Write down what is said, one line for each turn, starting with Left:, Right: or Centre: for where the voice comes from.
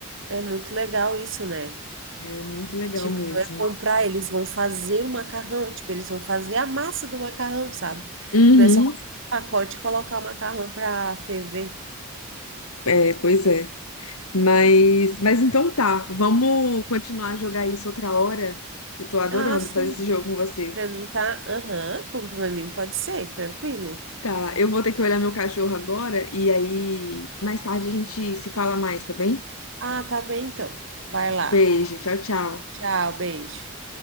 Right: é muito legal isso, né?
Left: é muito legal
Right: Tipo,
Left: mesmo.
Right: não é comprar, eles vão fazer o macarrão, tipo, eles vão fazer a massa do macarrão, sabe?
Left: Uhum,
Right: Não é só pegar o pacote e colocar o macarrão para ferver.
Left: é, pois é. Mas, mas então tá, vamos continuar a jogar isso outra hora. Eu tô adorando
Right: Ah, sim.
Left: fazer esse jogo com você.
Right: Para mim tá, aham, como para mim pode ser, tranquilo.
Left: Tá, eu vou ter que olhar meu cachorro agora e aí mais tarde a gente se fala mais, tá bem?
Right: Ah, tá bem então. Vai lá.
Left: Beijo, tchau, tchau.
Right: Tchau, beijo.